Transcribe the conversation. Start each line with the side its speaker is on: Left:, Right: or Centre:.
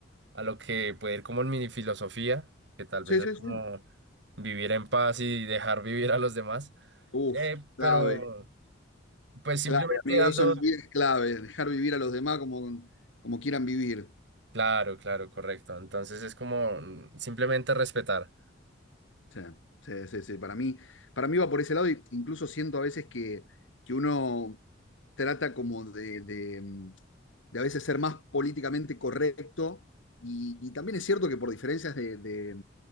Right: a lo que puede ir como en mi filosofía, que tal
Left: Sí,
Right: vez es
Left: sí,
Right: como
Left: sí.
Right: vivir en paz y dejar vivir a los demás.
Left: Uf,
Right: Eh,
Left: clave,
Right: pero pues simplemente
Left: clave, amigo.
Right: dando
Left: Eso no es clave. Dejar vivir a los demás como, como quieran vivir.
Right: Claro, claro, correcto. Entonces es como mm, simplemente respetar.
Left: Sí, sí, sí, sí. Para mí, para mí va por ese lado. e Incluso siento a veces que, que uno trata como de, de, mm, de a veces ser más políticamente correcto. Y, y también es cierto que por diferencias de, de,